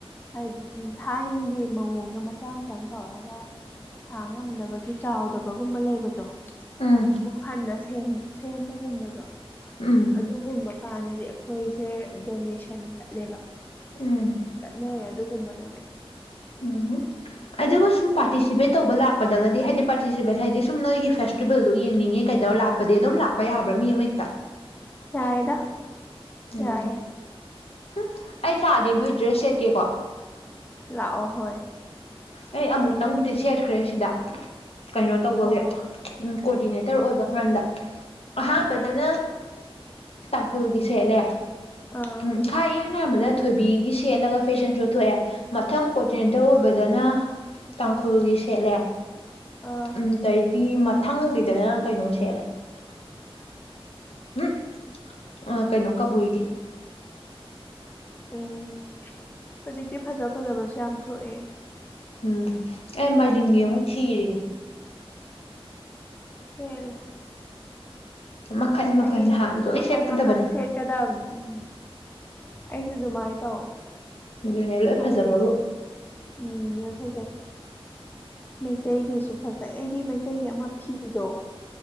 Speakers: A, on the left; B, on the left.
A: ꯍꯥꯏꯗꯤ ꯊꯥꯏꯅꯒꯤ ꯃꯑꯣꯡꯗ ꯃꯆꯥ ꯑꯃꯇꯪ ꯇꯧꯔꯑꯒ- ꯁꯥ ꯉꯝꯗꯕꯒꯤ ꯆꯥꯎꯗꯕꯒꯨꯝꯕ ꯂꯩꯕꯗꯣ
B: ꯎꯝ
A: ꯑꯃꯨꯛ ꯍꯟꯅ ꯁꯦꯝ ꯁꯦꯝꯕꯒꯨꯝꯕꯗꯣ꯫
B: ꯎꯝ
A: ꯑꯗꯨꯒꯨꯝꯕ ꯀꯥꯟꯗꯗꯤ ꯑꯈꯣꯏꯁꯦ ꯗꯣꯅꯦꯁꯟ ꯆꯠꯂꯦꯕ꯫
B: ꯎꯝ꯫
A: ꯆꯠꯅꯩ ꯑꯗꯨꯒꯨꯝꯕꯗꯗꯤ꯫
B: ꯎꯝ ꯑꯗꯨꯕꯨ ꯁꯨꯝ ꯄꯥꯔꯇꯤꯁꯤꯄꯦꯠ ꯇꯧꯕ ꯂꯥꯛꯄꯗꯒꯗꯤ ꯍꯥꯏꯗꯤ ꯄꯥꯔꯇꯤꯁꯤꯄꯦꯠ ꯍꯥꯏꯗꯤ ꯁꯨꯝ ꯅꯣꯏꯒꯤ ꯐꯦꯁ ꯇ꯭ꯔꯤꯕꯜꯗꯨ ꯌꯦꯡꯅꯤꯡꯉꯦ ꯀꯩꯇꯧꯔ ꯂꯥꯛꯄꯗꯤ ꯑꯗꯨꯝ ꯂꯥꯛꯄ ꯌꯥꯕ꯭ꯔꯥ ꯃꯤ ꯑꯃꯍꯦꯛꯇ꯫
A: ꯌꯥꯏꯗ꯫
B: ꯎꯝ
A: ꯌꯥꯏꯌꯦ
B: ꯍꯨꯝ ꯑꯩ ꯁꯥꯔꯗꯤ ꯅꯣꯏ ꯗ꯭ꯔꯦꯁ ꯁꯦꯠꯀꯦꯀꯣ꯫
A: ꯂꯥꯛꯑꯣ ꯍꯣꯏ꯫
B: ꯑꯩ ꯑꯃꯨꯛꯇꯪꯕꯨꯗꯤ ꯁꯦꯠꯈ꯭ꯔꯦ ꯁꯤꯗ ꯀꯩꯅꯣ ꯇꯧꯕꯒꯤ
A: ꯑꯣ
B: ꯎꯝ ꯀꯣꯑꯣꯗꯤꯅꯦꯇꯔ ꯑꯣꯏꯕ ꯀꯥꯟꯗ ꯑꯍꯥꯟꯕꯗꯅ ꯇꯥꯡꯈꯨꯜꯒꯤ ꯁꯦꯠꯂꯦ
A: ꯑꯥ
B: ꯎꯝ ꯈꯥꯢ ꯏꯍꯥꯟ ꯍꯥꯟꯕꯗ ꯊꯣꯏꯕꯤꯒꯤ ꯁꯦꯠꯂꯒ ꯐꯦꯁꯟ ꯁꯣ ꯊꯣꯛꯑꯦ ꯃꯊꯪ ꯀꯣꯗꯤꯅꯦ ꯗ ꯑꯣꯏꯕꯗꯅ ꯇꯥꯡꯈꯨꯜꯒꯤ ꯁꯦꯠꯂꯦ
A: ꯑꯥ
B: ꯎꯝꯗꯩꯗꯤ ꯊꯪꯒꯤꯗꯅ ꯀꯩꯅꯣ ꯁꯦꯠꯂꯦ꯫
A: <unintelligible>
B: ꯎꯍꯝ ꯑꯥ ꯀꯩꯅꯣ ꯀꯕꯨꯏꯒꯤ
A: ꯎꯝ ꯐꯖꯤ ꯀꯦ ꯐꯖꯕ ꯐꯖꯕꯁꯨ ꯌꯥꯝ ꯊꯣꯛꯑꯦ
B: ꯎꯝ ꯑꯩ ꯃꯗꯤꯡꯒꯤ ꯑꯃꯨꯛ ꯊꯤꯔꯤꯅꯤ
A: ꯍꯂ
B: ꯃꯈꯟ ꯃꯈꯟ
A: ꯑꯩ
B: ꯍꯥ ꯂꯣꯏ
A: ꯃꯈꯜ
B: ꯁꯦꯠꯀꯗꯕꯅꯤ
A: ꯃꯈꯜ ꯁꯦꯠꯀꯗꯕꯅꯦ ꯎꯝ ꯑꯩꯁꯨ ꯑꯗꯨꯃꯥꯏꯅ ꯇꯧꯋꯦ
B: ꯑꯗꯨꯅꯦ ꯂꯣꯏ
A: ꯍꯥꯏꯗꯤ
B: ꯐꯖꯕꯕꯨ
A: ꯎꯝ ꯌꯥ ꯐꯖꯦ ꯃꯩꯇꯩꯒꯤꯁꯨ ꯐꯖꯩ ꯑꯩꯗꯤ ꯃꯩꯇꯩꯒꯤ ꯑꯃ ꯐꯤꯗꯣ